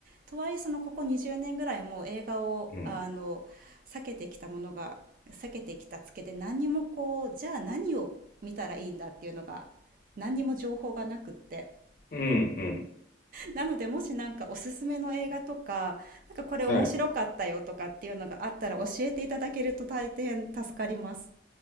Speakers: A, on the right; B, on the left.
A: とはいえそのここ20年ぐらいもう映画をあの避けてきたものが避けてきたつけで何にもこうじゃあ何を見たらいいんだっていうのが何にも情報がなくって。
B: うん、うん、うん、
A: なのでもしなんかおすすめの映画とかなんかこれ面白かったよとかっていうのがあったら教えていただけると大変助かります。
B: はい。